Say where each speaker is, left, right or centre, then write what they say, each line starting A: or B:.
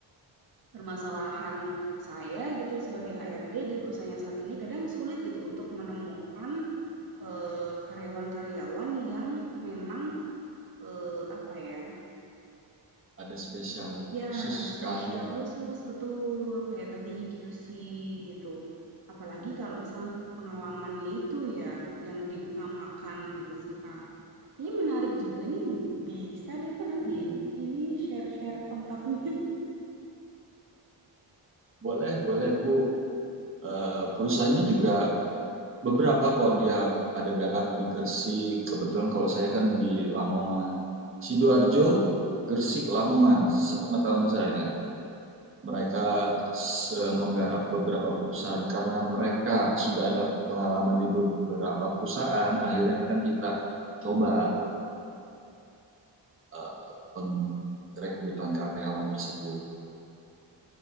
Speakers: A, on the right; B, on the right.
A: Permasalahan saya gitu sebagai HRD di perusahaannya saat ini kadang sulit gitu untuk menemukan, eee, karyawan-karyawan yang memang, eee, apa ya,
B: ada spesial
A: ya
B: khusus
A: spesial
B: kalian
A: khusus, betul, kayak tadi Q C gitu. Apalagi
B: Oh,
A: kalau misalkan pengalamannya itu ya yang diutamakan gitu sih, Pak. ini menarik juga nih,
B: iya.
A: bisa deh, Pak, nanti
B: Iya.
A: ini share-share kontaknya.
B: boleh boleh Bu Eh, perusahaannya juga beberapa kok dia ada garap di Gresik kebetulan kalau saya kan di Lamongan Sidoarjo Gresik Lamongan sepengetahuan saya mereka menggarap beberapa perusahaan karena mereka sudah ada pengalaman di beberapa perusahaan akhirnya kan kita coba eh, pengrekrutan karyawan tersebut